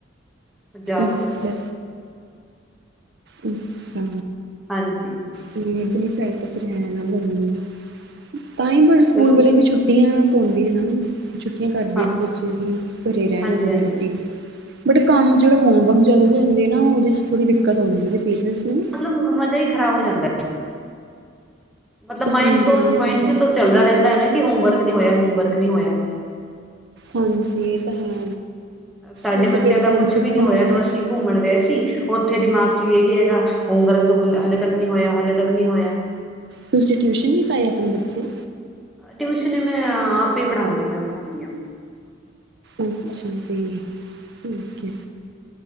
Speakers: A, in the centre; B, on the right.
A: ਪੰਜਾਬ
B: ਅੱਛਾ
A: ਚ।
B: ਅੱਛਾ,
A: ਹਾਂਜੀ
B: ਇੱਧਰਲੀ ਸਾਈਡ, ਤਾਂ ਫੇਰ ਹੈ ਨਾ ਗਰਮੀ। ਤਾਂ ਹੀ ਪਰ, ਸਕੂਲ
A: ਚਲੋ
B: ਵਾਲੇ ਵੀ ਛੁੱਟੀਆਂ ਤਾਂ ਹਉਦੀਆਂ। ਛੁੱਟੀਆਂ ਕਰਦੇ
A: ਹਾਂ
B: ਆ, ਵੀ ਬੱਚੇ ਵੀ ਘਰੇ ਰਹਿਣ
A: ਹਾਂਜੀ
B: ਥੋੜੀ
A: ਹਾਂਜੀ
B: ਬਹੁਤੀ। ਬਟ ਕੰਮ, ਜਿਹੜਾ ਹੋਮਵਰਕ ਜ਼ਿਆਦਾ ਹਦੇ ਆ ਨਾ, ਉਹਦੇ ਚ ਥੋੜੀ ਦਿੱਕਤ ਆਉਂਦੀ ਹੈ। ਪੇਰੈਂਟਸ ਨੂੰ।
A: ਮਤਲਬ ਮਜ਼ਾ, ਹੀ ਖ਼ਰਾਬ ਹੋ ਜਾਂਦਾ, ਮਤਲਬ ਮਾਇੰਡ
B: ਹਾਂਜੀ
A: ਤੋਂ
B: ਇਹ
A: ਮਾਇੰਡ
B: ਤਾਂ
A: ਚ।
B: ਹੈ।
A: ਚੱਲਦਾ ਰਹਿੰਦਾ ਹੈ ਨਾ। ਕਿ, ਹੋਮਰਕ ਨਹੀਂ ਹੋਇਆ, ਹੋਮਵਰਕ ਨਹੀਂ ਹੋਇਆ।
B: ਹਾਂਜੀ, ਇਹ ਤਾਂ ਹੈ।
A: ਤੁਹਾਡੇ
B: ਉਹ ਤਾਂ
A: ਬੱਚਿਆਂ
B: ਫਿਰ
A: ਦਾ,
B: ਟੈਨਸ਼ਨ
A: ਕੁਛ ਵੀ ਨੀ
B: ਤਾਂ
A: ਹੋਇਆ,
B: ਹੁੰਦੀ
A: ਤ
B: ਹੈ।
A: ਅਸੀਂ। ਘੁੰਮਣ ਗਏ ਸੀ, ਉੱਥੇ ਦਿਮਾਗ ਚ ਇਹੀ ਹੈਗਾ-ਹੋਮਵਰਕ ਤੋਂ ਬੁ ਹਲੇੇ ਤੱਕ ਨਹੀਂ ਹੋਇਆ, ਹਾਲੇ ਤੱਕ ਨਹੀਂ ਹੋਇਆ।
B: ਤੁਸੀਂ ਟਿਊਸ਼ਨ ਨਹੀਂ, ਪਾਏ ਆਪਣੇ ਬੱਚੇ?
A: ਟਿਊਸ਼ਨ, ਮੈਂ ਆਪ ਹੀ, ਪੜਾਂਦੀ ਹਾਂ ਪੜਾਦੀ ਹਾਂ।
B: ਅੱਛਾ ਜੀ। ਠੀਕ ਹੈ।